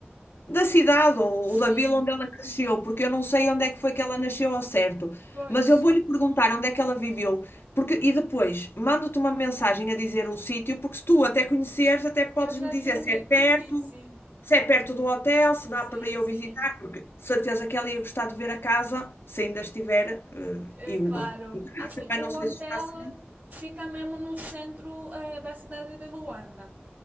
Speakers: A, on the left; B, on the right.
A: da cidade ou,
B: Sim,
A: ou da vila onde ela cresceu, porque eu não sei onde é que foi que ela nasceu ao certo,
B: pois.
A: mas eu vou-lhe perguntar onde é que ela viveu, porque e depois mando-te uma mensagem a dizer o sítio, porque se tu até conheceres, até podes
B: Eu já
A: me dizer
B: te indico,
A: se é perto,
B: sim, sim.
A: se é perto do hotel, se
B: Sim,
A: dá para eu
B: sim.
A: visitar, porque de certeza que ela ia gostar de ver a casa, se ainda estiver, eh, igu-
B: É claro.
A: eu
B: Assim,
A: também
B: o
A: não sei
B: hotel
A: se está certo.
B: fica mesmo no centro, eh, da cidade de Luanda.